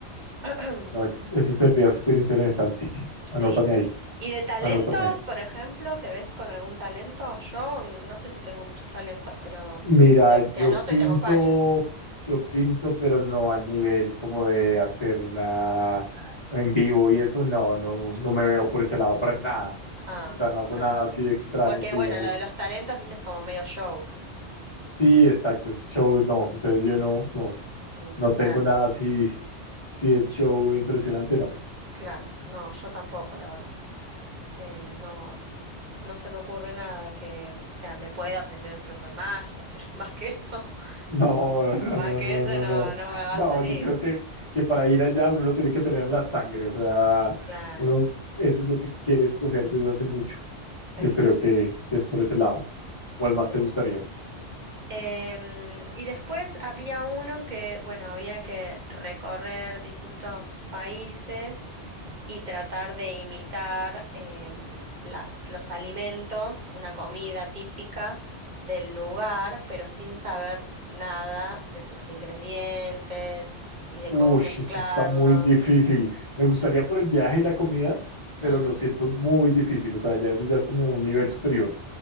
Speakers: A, on the right (about 40°); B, on the left (about 25°).
A: <clears throat>
B: No, es, ese sería súper interesante.
A: Sí.
B: Anótame ahí,
A: ¿Y de talentos,
B: anótame ahí.
A: por ejemplo, te ves con algún talento? Yo no sé si tengo muchos talentos, pero
B: Mira,
A: te, te
B: yo
A: anoto
B: pinto,
A: y te acompaño.
B: yo pinto, pero no al nivel como de hacer una en vivo y eso, no, no,
A: Ujú.
B: no me veo por ese lado para nada.
A: Ah,
B: O sea, no
A: ok.
B: hago nada así extraño
A: Porque
B: que
A: bueno,
B: digamos,
A: lo de los talentos, viste, es como medio show.
B: sí, exacto, es show, no. Entonces yo no, no,
A: Mm,
B: no tengo
A: claro,
B: nada así, sí es show impresionante, no. <laughs>
A: claro. No, yo tampoco, la verdad. Eh, no. No se me ocurre nada que, o sea, me puedo aprender un truco de magia, pero <laughs> más que eso,
B: No,
A: <laughs>
B: no,
A: más
B: no,
A: que
B: no,
A: eso
B: no,
A: no,
B: no.
A: no me va
B: No,
A: a salir.
B: yo creo que, que para ir allá uno lo tiene que tener en la sangre, o sea,
A: Claro,
B: uno, eso es lo que quiere escoger desde hace mucho.
A: sí,
B: Yo creo que, que es por ese lado. ¿Cuál
A: sí.
B: más te gustaría?
A: Em, y después había uno que, bueno, había que recorrer distintos países y tratar de imitar em, las, los alimentos, una comida típica del lugar, pero sin saber nada de sus ingredientes ni de
B: Uy,
A: cómo mezclarlos.
B: esto está muy difícil. Me gustaría por el viaje y la comida, pero
A: Mm,
B: lo siento muy difícil. O sea, ya eso ya es como un nivel superior.